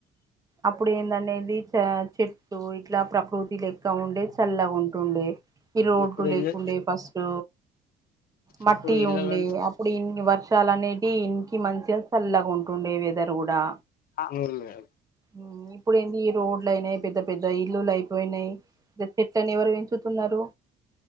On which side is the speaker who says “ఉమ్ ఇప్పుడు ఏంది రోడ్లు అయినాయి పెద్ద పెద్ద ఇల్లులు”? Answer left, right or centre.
Right